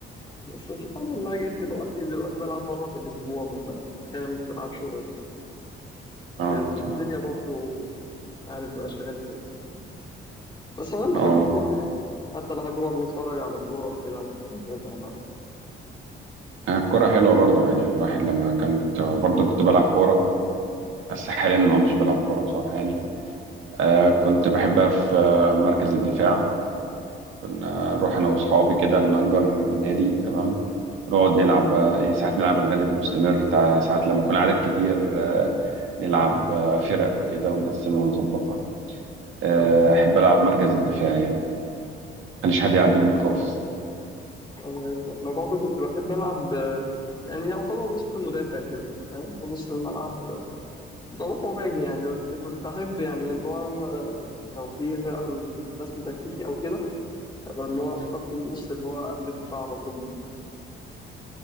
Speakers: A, on the left; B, on the right.
A: بس سبحان الله جد دلوقتي دلوقتي بلعب مرة في الأسبوع مثلا أحيانا ما بتلعبش
B: اه
A: كده الدنيا
B: تمام
A: برضو عارف بقى شغلتك جامد بس أنا
B: اه
A: بحب الكورة يعني حتى بحب برضه أتفرج على الكورة وكده ومتابع بقى
B: آه، الكرة حلوة برضو يعني الواحد لما كنت برضو كنت بلعب كورة بس حاليا ما كنتش بلعب كورة بصراحة يعني آه، كنت بحبها في آه، مركز الدفاع كنا
A: مم.
B: نروح أنا وأصحابي كده نأجر نادي تمام ونقعد نلعب بقى إيه ساعات نلعب الغالب مستمر تع- ساعات لما يكون عدد كتير آه، نلعب آه، فرق وكده ونقسمها ونظبطها آه،
A: مم.
B: أحب ألعب مركز الدفاع يعني مخليش حد يعدي مني خالص
A: أه أنا زي الفل. أنا برضه كنت بحب ألعب آه، يعني يعتبر وسط مدافع كده أنت فاهم في نص الملعب آه، بروح وباجي يعني بس كنت أحب يعني اللي هو أنا لو في فعلا رسم تكتيكي أو كده أبقى اللي هو في خط النص اللي هو قبل الدفاع على طول ده